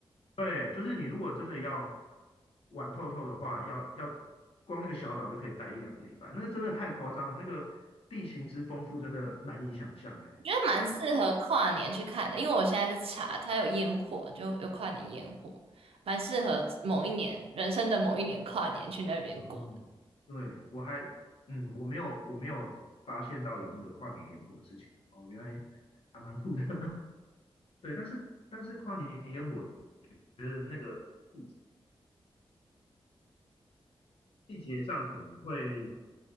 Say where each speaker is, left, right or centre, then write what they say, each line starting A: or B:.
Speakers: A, on the left; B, on the right.
A: 对，就是你如果真的要玩透透的话，要要光那个小岛就可以待一两个礼拜，那个真的太夸张了，那个地形之丰富真的难以想象哎、
B: 我觉得蛮适合跨年去看的，因为我现在在查，它有烟火，就有跨年烟火，蛮适合某一年人生的某一年跨年去那边过。
A: 哦，对，我还，嗯，我没有，我没有发现到有那个跨年烟火的事情哦，原来还蛮酷的。<laughs> 对，但是但是跨年烟火的那个季节季节上可能会